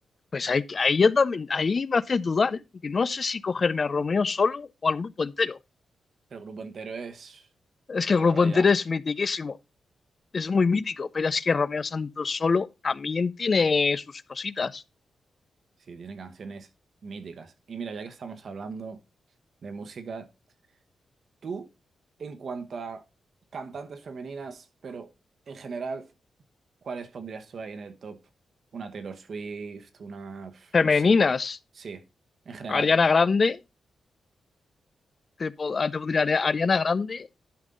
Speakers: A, on the left; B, on the right.
A: pues ahí, ahí, yo también, ahí me hace dudar, ¿eh? Porque no sé si cogerme a Romeo solo o al grupo entero.
B: El grupo entero es
A: Es que
B: una
A: el grupo
B: barbaridad.
A: entero es mitiquísimo, es muy mítico, pero es que Romeo Santos solo también tiene sus cositas
B: Sí, tiene canciones míticas. Y mira, ya que estamos hablando de música, tú, en cuanto a cantantes femeninas, pero en general, ¿cuáles pondrías tú ahí en el top? Una Taylor Swift, una, pf,
A: femeninas.
B: no sé. Sí, en general.
A: Ariana Grande, te, po- te podría Ariana Grande